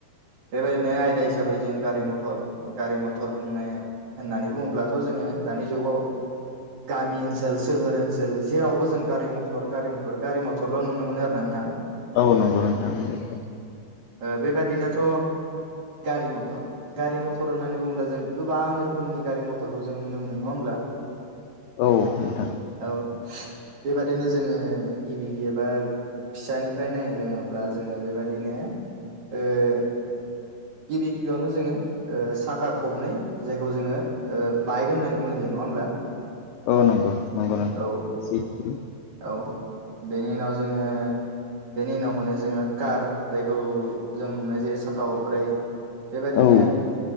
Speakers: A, on the right (about 50°); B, on the left (about 80°).
A: बेबायदिनो आयदा हिसाबै जों गारि मथर गारि मथर बुंनाय होननानै बुङोब्लाथ' जोङो दानि जुगाव गामि ओनसोल सोहोर ओनसोल जेरावबो जों गारि मथर गारि मथर गारि मथरल' नुनो मोनो आरो ना नोंथां
B: औ नंगौ नोंथां नंगौ
A: ओ बेबादिनोथ' गारि मथर गारि मथर होननानै बुङोब्ला जों गोबां रोखोमनि गारि मथरखौ जों नुनो मोनो नङा होमब्ला
B: औ नोंथां
A: औ बेबादिनो जोङो गिबि एबा फिसानिफ्राय नाय लोङोब्ला जोङो बेबादि बिदिनो ओ गिबि गिबियावनो जोङो। ओ साखा खबनै जायखौ जोङो बाइक होननानै बुंनाय जायो नङा होमब्ला
B: औ नंगौ नंगौ नंौ
A: औ
B: <inaudible>
A: औ बेनि उनाव जोङो बेनि उनाव मोनो जोङो कार जायखौ जों नुनाय जायो साखा हब्रै बेबायादिनो
B: औ